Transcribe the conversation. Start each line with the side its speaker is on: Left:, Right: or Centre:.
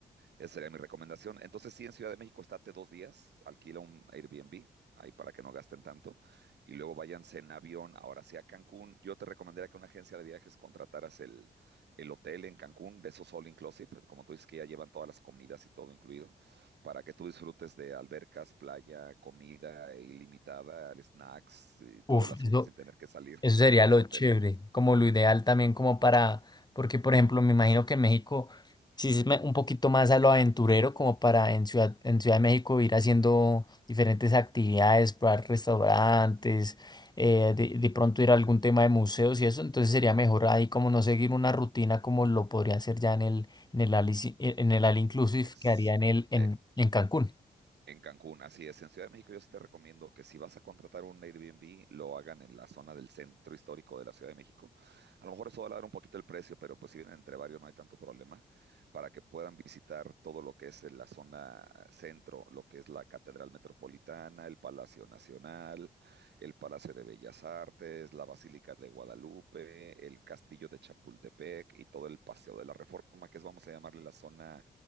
Right: esa sería mi recomendación. Entonces, sí, en Ciudad de México estate dos días, alquila un Airbnb ahí para que no gasten tanto y luego váyanse en avión ahora sí a Cancún. Yo te recomendaría que una agencia de viajes contrataras el, el hotel en Cancún, de esos all inclusive, como tú dices que ya llevan todas las comidas y todo incluido, para que tú disfrutes de albercas, playa, comida e ilimitada, snacks y todo
Left: Uf,
Right: el asunto
Left: eso,
Right: sin tener que salir
Left: Eso sería
Right: del
Left: lo
Right: hotel.
Left: chévere, como lo ideal también como para, porque por ejemplo me imagino que México sí es me- un poquito más a lo aventurero como para en Ciudad, en Ciudad de México ir haciendo diferentes actividades, probar restaurantes, eh, de, de pronto ir a algún tema de museos y eso, entonces sería mejor ahí como no seguir una rutina como lo podría hacer ya en el, en el, Alici- en el All Inclusive
Right: Ex-
Left: que haría en el, en,
Right: eh,
Left: en Cancún.
Right: En Cancún, así es. En Ciudad de México yo sí te recomiendo que si vas a contratar un Airbnb, lo hagan en la zona del centro histórico de la Ciudad de México. A lo mejor eso va a elevar un poquito el precio, pero pues si vienen entre varios no hay tanto problema para que puedan visitar todo lo que es en la zona centro, lo que es la Catedral Metropolitana, el Palacio Nacional, el Palacio de Bellas Artes, la Basílica de Guadalupe, el Castillo de Chapultepec y todo el Paseo de la Reforma, que es, vamos a llamarle la zona